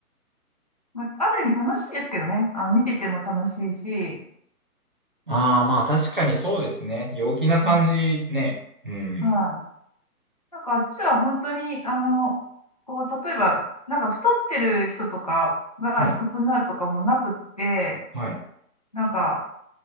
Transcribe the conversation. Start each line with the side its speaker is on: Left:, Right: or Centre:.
Left: まあ、ある意味楽しいですけどね。あの、見てても楽しいし、
Right: ああ、まあ確かにそうですね。陽気な感じね。
Left: うん
Right: うん。
Left: はい。なんかあっちは本当に、あの、こう、例えば、なんか太ってる人とかが卑屈になるとかもなくって、
Right: はい。はい。
Left: なんか、